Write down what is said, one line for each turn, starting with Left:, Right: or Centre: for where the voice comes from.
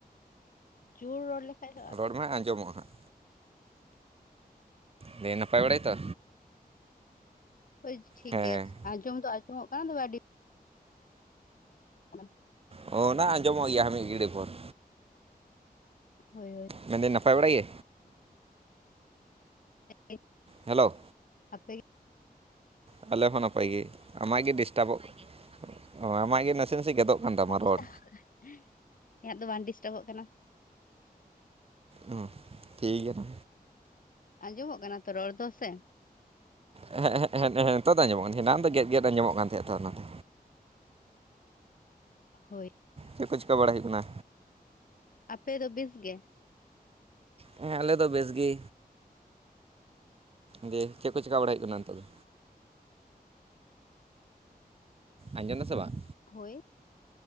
Left: ᱡᱩᱨ ᱨᱚᱲ ᱞᱮᱠᱷᱟᱡ ᱫᱚ
Right: ᱨᱚᱲᱢᱮ ᱟᱸᱡᱚᱢᱚᱜᱼᱟ ᱦᱟᱸᱜ ᱱᱷᱟᱜ᱾ ᱞᱟᱹᱭᱟ ᱱᱟᱯᱟᱭ ᱵᱟᱲᱟ ᱜᱮᱛᱚ?
Left: ᱦᱚᱭ ᱴᱷᱤᱠ
Right: ᱦᱮᱸ
Left: ᱜᱮᱭᱟ ᱟᱸᱡᱚᱢ ᱫᱚ ᱟᱸᱡᱚᱢᱚᱜ ᱠᱟᱱᱟ ᱫᱚ ᱟᱹᱰᱤ <unintelligible>
Right: ᱚᱻ ᱚᱱᱟ ᱟᱸᱡᱚᱢᱚᱜ ᱜᱮᱭᱟ ᱢᱤᱜ ᱜᱟᱹᱲᱤ ᱯᱚᱨᱮ᱾
Left: ᱦᱚᱭ ᱦᱚᱭ᱾
Right: ᱢᱮᱱᱫᱟᱹᱧ ᱱᱟᱯᱟᱭ ᱵᱟᱲᱟ ᱜᱮ?
Left: <unintelligible>
Right: ᱦᱮᱞᱚ
Left: ᱟᱯᱮ
Right: ᱟᱞᱮ ᱦᱚᱸ ᱱᱟᱯᱟᱭ ᱜᱮ, ᱟᱢᱟᱜ ᱜᱮ ᱰᱤᱥᱴᱟᱵᱚᱜ ᱚ ᱟᱢᱟᱜ ᱜᱮ ᱱᱟᱥᱮ ᱱᱟᱥᱮ ᱜᱮᱫᱚᱜ ᱠᱟᱱ ᱛᱟᱢᱟ
Left: <unintelligible>
Right: ᱨᱚᱲ
Left: ᱤᱧᱟᱹᱜ ᱫᱚ ᱵᱟᱝ ᱰᱤᱥᱴᱟᱵᱚᱜ ᱠᱟᱱᱟ᱾
Right: ᱚ᱾ ᱴᱷᱤᱠ ᱜᱮᱭᱟ ᱛᱟ
Left: ᱟᱸᱡᱚᱢᱚᱜ ᱠᱟᱱᱟ ᱛᱚ ᱨᱚᱲ ᱫᱚ ᱥᱮ?
Right: ᱦᱮᱸᱜ ᱦᱮᱸᱜ ᱦᱮᱸᱜ ᱱᱮᱦᱮᱸ ᱱᱤᱛᱚᱜ ᱫᱚ ᱟᱸᱡᱚᱢᱚᱜ ᱠᱟᱱᱟ ᱮᱱᱟᱝ ᱫᱚ ᱜᱮᱫ ᱜᱮᱫ ᱟᱸᱡᱚᱢᱚᱜ ᱠᱟᱱ ᱛᱟᱦᱮᱸᱫ ᱛᱚ ᱚᱱᱟ ᱫᱚ᱾
Left: ᱦᱚᱭ᱾
Right: ᱪᱮᱜ ᱠᱚ ᱪᱤᱠᱟ ᱵᱟᱲᱟ ᱦᱩᱭᱩᱜ ᱠᱟᱱᱟ?
Left: ᱟᱯᱮ ᱫᱚ ᱵᱮᱥ ᱜᱮ?
Right: ᱦᱮᱸ ᱟᱞᱮ ᱫᱚ ᱵᱮᱥ ᱜᱮ᱾ ᱫᱤᱭᱮ ᱪᱮᱜ ᱠᱚ ᱪᱮᱠᱟ ᱵᱟᱲᱟ ᱦᱩᱭᱩᱜ ᱠᱟᱱᱟ ᱱᱤᱛᱚᱜ ᱫᱚ? ᱟᱸᱡᱚᱢ ᱫᱟᱜ ᱥᱮ ᱵᱟᱝ?
Left: ᱦᱚᱭ᱾